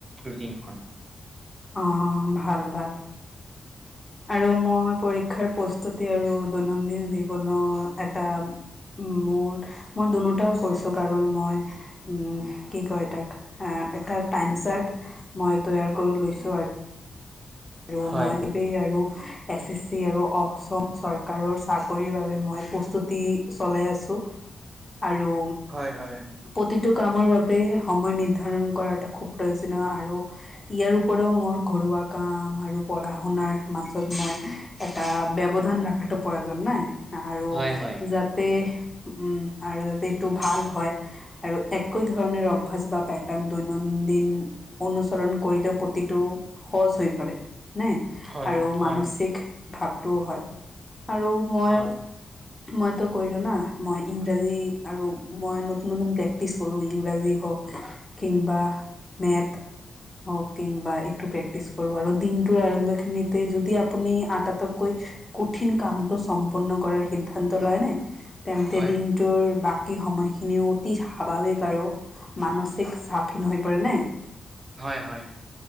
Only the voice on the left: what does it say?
অঁ', ভাল-ভাল। আৰু মই পৰীক্ষাৰ প্ৰস্তুতি আৰু দৈনন্দিন জীৱনৰ এটা- উম' মোৰ মই দুয়োটাই কৰিছো কাৰণ মই- উমঁ' কি কয় এ তাক এটা টাইম চাৰ্ট মই তৈয়াৰ কৰি লৈছো আৰু। আৰু
মই চবেই আৰু- এছ এছ চি আৰু অসম চৰকাৰৰ চাকৰিৰ বাবে মই প্ৰস্তুতি চলাই আছো। আৰু-
প্ৰতিটো কামৰ বাবে সময় নিৰ্ধাৰণ কৰা এটা খুব প্ৰয়োজনীয় আৰু ইয়াৰ উপৰিও মোৰ ঘৰুৱা কাম আৰু পঢ়া শুনাৰ মাজত মই এটা ব্যৱধান ৰখাতো প্ৰয়োজন নাই। আৰু
যাতে উম আৰু যাতে এইটো ভাল হয়। আৰু একৈ ধৰণৰ অভ্যাস বা পেটাৰ্ণ দৈনন্দিন অনুসৰণ কৰিলে প্ৰতিটো সহজ হৈ পৰে। নে
আৰু মানসিক
ভাৱটোও হয় আৰু মই
মইতো কৰিলো না, মই ইংৰাজী আৰু মই নতুন নতুন প্ৰেক্টিচ কৰোৱেই। ইংৰাজী হওক কিং বা মেথ হক কিং বা এইটো প্ৰেক্টিচ কৰোঁ, আৰু দিনটোৰ আৰম্ভ খিনিতে যদি আপুনি আ তাতোতকৈ কঠিন কামটো সম্পন্ন কৰাৰ সিদ্ধান্ত লয়নে? তেন্তে
দিনটোৰ বাকী সময়খিনিও অতি স্বাভাৱিক আৰু। মানসিক চাপহীন হৈ পৰে নে?